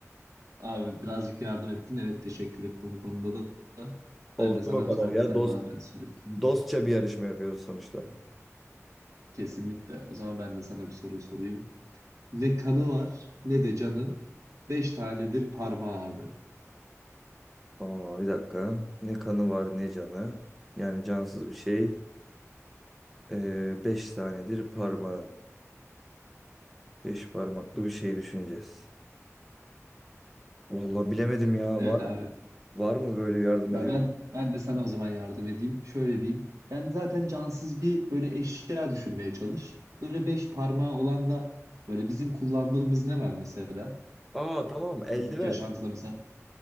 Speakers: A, on the right; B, in the centre.
A: Abi birazcık yardım ettin. Evet teşekkür ettim bu konuda da.
B: Olsun
A: Ben de sana
B: o kadar
A: o zaman
B: ya.
A: bir tane
B: Dost
A: daha ben sorayım.
B: dostça bir yarışma yapıyoruz sonuçta.
A: Kesinlikle. O zaman ben de sana bir soru sorayım. Ne kanı var ne de canı. Beş tanedir parmağı abi.
B: Aa, bir dakika. Ne kanı var ne canı. Yani cansız bir şey. Ee, beş tanedir parmağı. Beş parmaklı bir şey düşüneceğiz. Vallahi bilemedim ya.
A: Evet
B: Var
A: abi.
B: mı? Var mı böyle yardım
A: Ben,
B: edebilir?
A: ben, ben de sana o zaman yardım edeyim. Şöyle diyeyim. Yani zaten cansız bir böyle eşya düşünmeye çalış. Böyle beş parmağı olan da böyle bizim kullandığımız ne var mesela?
B: Aa tamam. Eldiven.
A: Günlük yaşantıda mesela.